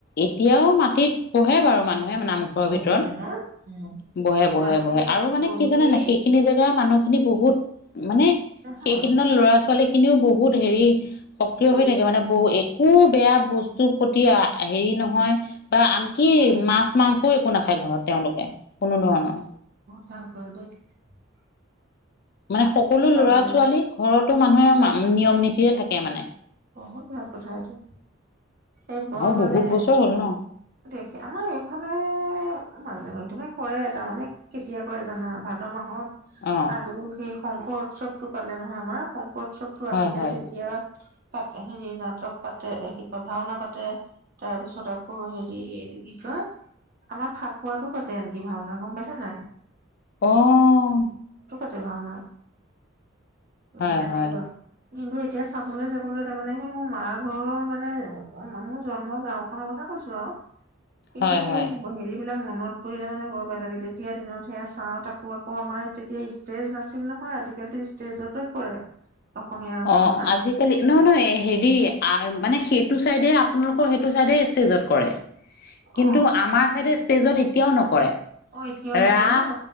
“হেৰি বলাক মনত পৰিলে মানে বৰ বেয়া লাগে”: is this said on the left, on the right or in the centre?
Right